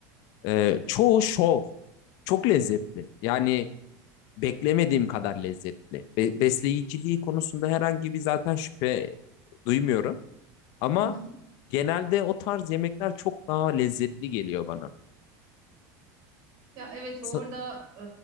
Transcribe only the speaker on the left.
Ee, çoğu şov. Çok lezzetli. Yani beklemediğim kadar lezzetli. Be- besleyiciliği konusunda herhangi bir zaten şüphe duymuyorum. Ama
genelde o tarz yemekler çok daha lezzetli geliyor bana.
Sa-